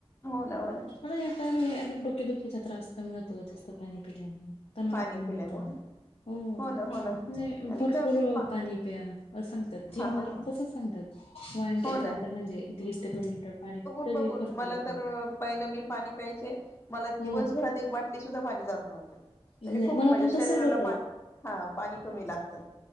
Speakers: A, on the left (about 25°); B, on the left (about 75°).
A: हो ना हो ना
B: मग, <unintelligible> पोटदुःखीचा त्रास कमी होतो जास्त पाणी पिल्याने, तणाव
A: पाणी
B: कमी
A: पिल्यामुळे
B: होतो हो नाय
A: ना हो ना आणि
B: भरपूर
A: कमीत पा
B: पाणी, प्या सांगतात जिम
A: हा
B: पण
A: हा हा
B: तस सांगतात व्यायाम
A: हो
B: केल्यानंतर
A: ना
B: म्हणजे दीड ते दोन लिटर पाणी, तरी
A: ब
B: भरपूर
A: मला
B: होते
A: तर पहिलं मी पाणी, प्यायचे मला
B: हो.
A: दिवसभरात एक बाटली सुद्धा पाणी जातण होतं. म्हणजे
B: नाही
A: खूप
B: मला
A: माझ्या
B: पण
A: शरीराला
B: तसच होत
A: पाणी हा पाणी कमी लागतं.